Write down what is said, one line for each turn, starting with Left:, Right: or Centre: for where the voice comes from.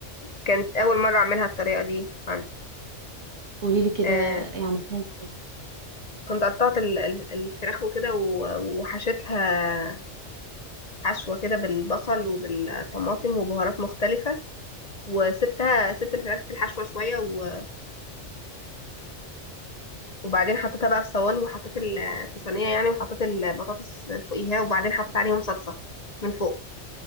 Left: كانت اول مرة اعملها الطريقة دي عندي
Right: قولي لي كده
Left: آه،
Right: إيه عملتها ازاي
Left: كنت قطعت ال- ال- الفراخ وكده و- وحشيتها حشوة كده بالبصل وبالطماطم وبهارات مختلفة وسبتها سبت الفراخ في الحشوة شوية و... وبعدين حطيتها بقى في صواني وحطيت ال- في صينيه يعني وحطيت البطاطس فوقيها وبعدين حطيت عليهم صلصه من فوق